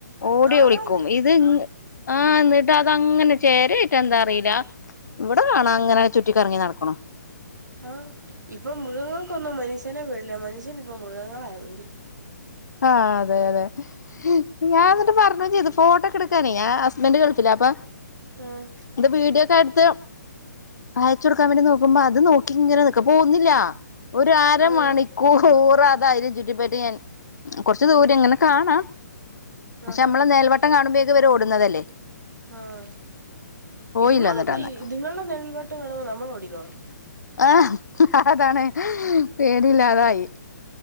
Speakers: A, on the left; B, on the right.
A: ഓടി
B: അതാണ്
A: ഒളിക്കും ഇത് ഇ ആഹ് ന്നിട്ട് അതങ്ങനെ ചേരേയ്ട്ടാ എന്താ അറീല. ഇവിടെ കാണാം അങ്ങനെ ചുറ്റിക്കറങ്ങി നടക്ക്ണു.
B: ആഹ് ഇപ്പൊ മൃഗങ്ങൾക്കൊന്നും മനുഷ്യനെ പേടില്ല മനുഷ്യനി ഇപ്പം മൃഗങ്ങളായ പേടി.
A: ആഹ് അതെ അതെ. ഞാൻ ന്നിട്ട് പറഞ്ഞും ചെയ്ത് ഫോട്ടോക്കെടുക്കാനേ ഞാൻ ഹസ്ബൻഡറ് ഗൾഫിലാ അപ്പൊ.
B: ആഹ്
A: ത് വീഡിയൊക്കെ എടുത്ത്. അയച്ചൊട്ക്കാൻ വേണ്ടി നോക്കുമ്പോ അത് നോക്കി ഇങ്ങനെ നിക്ക. പോവുന്നില്ല ഒരു അര
B: ആഹ്
A: മണി. ക്കൂർ അതയിലിം ചുറ്റിപ്പറ്റി എൻ കൊറ്ച്ച് ദൂരെങ്ങനെ കാണാം. പക്ഷെ
B: ആഹാ
A: നമ്മള നെഴൽവട്ടം കാണുമ്പോഴേക്ക് ഇവര് ഓടുന്നതല്ലേ.
B: ആഹ്
A: പോയില്ല
B: ഇത്ങ്ങൾപ്പൊ
A: എന്നിട്ട് അന്ന്
B: ഇത്ങ്ങളുടെ നെഴൽവെട്ടം കാണുമ്പോ നമ്മൾ ഓടിക്കാളണം.
A: ആഹ് അതാണ് പേടില്ലാതായി.